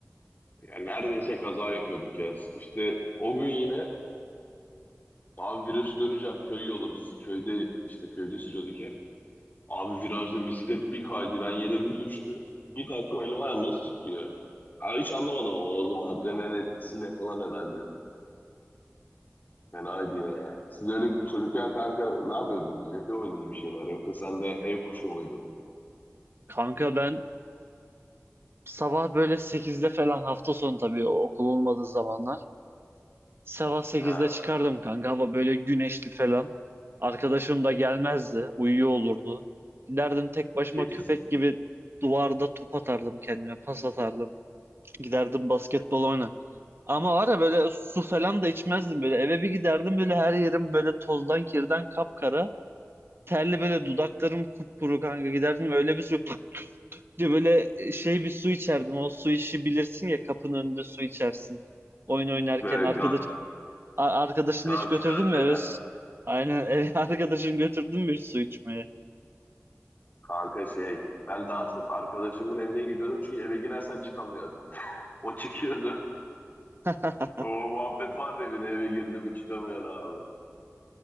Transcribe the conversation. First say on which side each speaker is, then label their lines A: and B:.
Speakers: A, on the left (about 40°); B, on the right (about 50°).
A: Yani neredeyse kaza yapıyorduk ya. İşte o gün yine abi virajı döneceğim. Köy yolu biz köyde işte köyde sürüyorduk hep. Abi virajda bisiklet bir kaydı. Ben yere bir düştüm. Bir kalktım elim ayağım nasıl titriyor. Abi hiç anlamadım ama o zaman adrenalin etkisiyle falan herhalde. Yani haydi ya. Siz öyle çocukken kanka ne yapıyordunuz? Yapıyor muydunuz bir şeyler? Yoksa sen de ev kuşu muydun?
B: Kanka ben sabah böyle sekizde falan hafta sonu tabii okul olmadığı zamanlar. Sabah sekizde
A: Ha.
B: çıkardım kanka. Hava böyle güneşli falan. Arkadaşım da gelmezdi. Uyuyor olurdu. Giderdim tek başıma
A: 8.
B: köpek gibi duvarda top atardım kendime. Pas atardım. Giderdim basketbol oyna. Ama var ya böyle su falan da içmezdim böyle. Eve bir giderdim böyle her yerim böyle tozdan kirden kapkara. Terli böyle dudaklarım kupkuru kanka giderdim öyle bir su <laughs> diye böyle şey bir su içerdim. O su işi bilirsin ya kapının önünde su içersin. Oyun oynarken
A: Böyle
B: arkadaş
A: gar,
B: A- arkadaşını
A: garç
B: hiç götürdün
A: garç
B: mü
A: eder.
B: eve? su- Aynen eve <laughs> arkadaşını götürdün mü hiç su içmeye?
A: Kanka şey ben daha çok arkadaşımın evine gidiyordum çünkü eve girersen çıkamıyordun. O çıkıyordu.
B: <laughs>
A: O muhabbet var ya bir de eve girdi mi çıkamıyor abi.